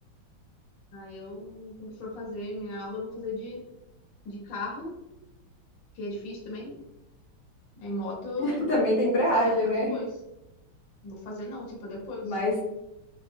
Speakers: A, on the left; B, on the left.
A: Aí eu, quando for fazer minha aula, eu vou fazer de, de carro, que é difícil também, né? Aí moto,
B: <laughs> Também tem embreagem,
A: hum, se é pra
B: né?
A: depois. Não vou fazer não, se é pra depois.
B: Mas
A: Isso daí.